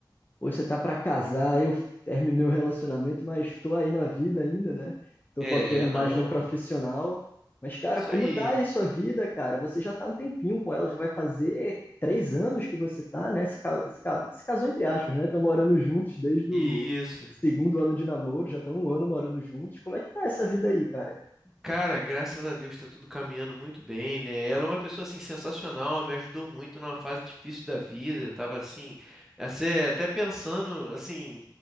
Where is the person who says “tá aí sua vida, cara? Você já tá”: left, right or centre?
Left